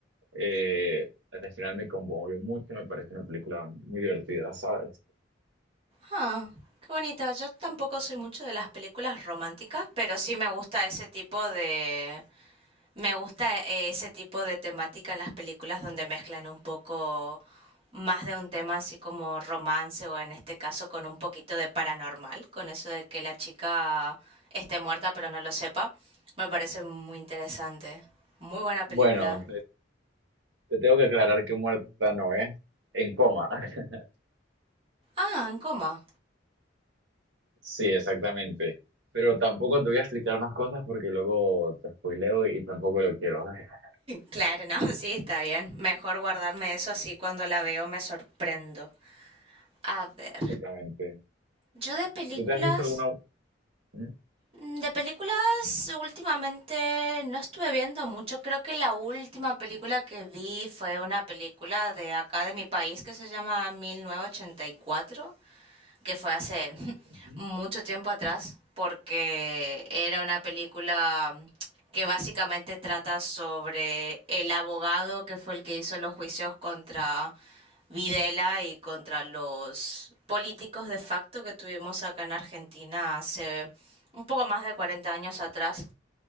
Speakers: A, on the right; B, on the right.
A: eh, al final me conmovió mucho, me pareció una película muy divertida, ¿sabes?
B: Ah, qué bonita. Yo tampoco soy mucho de las películas románticas, pero sí me gusta ese tipo de Me gusta eh, ese tipo de temática en las películas donde mezclan un poco más de un tema así como romance o en este caso con un poquito de paranormal, con eso de que la chica esté muerta pero no lo sepa. Me parece muy interesante. Muy buena película.
A: Bueno, Te tengo que aclarar que muerta no, ¿eh? En coma. <laughs>
B: Ah, en coma.
A: Sí, exactamente. Pero tampoco te voy a explicar más cosas porque luego te spoileo y tampoco lo quiero. <laughs>
B: Claro, no, <laughs> sí, está bien. Mejor guardarme eso así cuando la veo me sorprendo. A ver,
A: Exactamente.
B: yo de películas
A: ¿Tú te has visto alguna? Mm,
B: Mm, De películas, últimamente no estuve viendo mucho. Creo que la última película que vi fue una película de acá de mi país que se llama mil novecientos ochenta y cuatro que fue hace <laughs>
A: ujú,
B: mucho tiempo atrás, porque era una película que básicamente trata sobre el abogado que fue el que hizo los juicios contra Videla y contra los políticos de facto que tuvimos acá en Argentina hace un poco más de 40 años atrás,